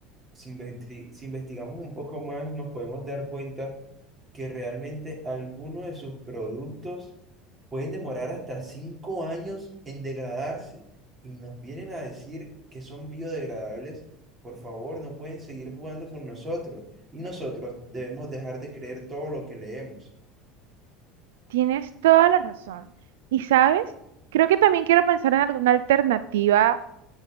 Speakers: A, on the right; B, on the right.
A: Si, investi- si investigamos un poco más, nos podemos dar cuenta que realmente algunos de sus productos pueden demorar hasta cinco años en degradarse y nos vienen a decir que son biodegradables. Por favor, no pueden seguir jugando con nosotros y nosotros debemos dejar de creer todo lo que leemos.
B: Tienes toda la razón. Y sabes, creo que también quiero pensar en alguna alternativa